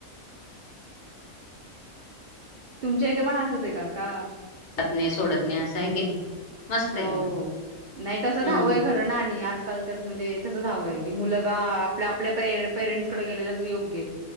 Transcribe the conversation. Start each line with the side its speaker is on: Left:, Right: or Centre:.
Right: तुमच्या इथे पण असचं आहे का?
Left: जात नाही सोडत नाही असं आहे की नाही मस्त
Right: हो
Left: आहे एकदम.
Right: नाही तसंच
Left: हं.
Right: हवंय खरं ना आणि आजकाल तर म्हणजे तसं हवंय की मुलगा आपल्या आपल्या पे पेरेंटसकडे गेलेलाच योग्य